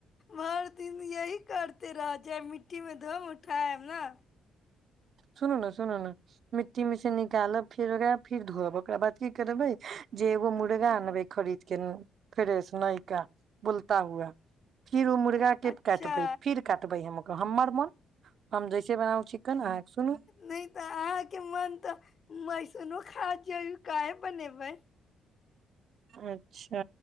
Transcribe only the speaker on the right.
सुनू ने सुनू ने मिट्टी मिशनी गल फर फर धोआ ओकरा बात की करब भै जेगो मूड़
गा आनबै खरी फेर ऐस नहि का बुलता हुआ फिर ओ मुर्गाक के
काटबै फिर काटबै हम हमर मन हम जैसे बनाउ चिकन के सुनू
अच्छा